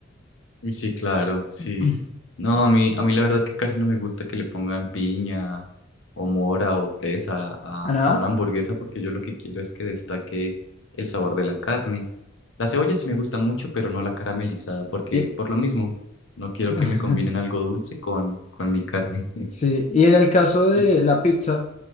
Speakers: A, on the left; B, on the left.
A: Uy, sí, claro, sí.
B: <clears throat>
A: No, a mí, a mí la verdad es que casi no me gusta que le pongan piña o mora o fresa a,
B: ¿A nada?
A: a una hamburguesa porque yo lo que quiero es que destaque el sabor de la carne. La cebolla sí me gusta mucho, pero no la caramelizada porque
B: Y-
A: por lo mismo no quiero
B: <laughs>
A: que me combinen algo dulce con, con mi carne. <laughs>
B: Sí, y en el caso de
A: Y,
B: la pizza.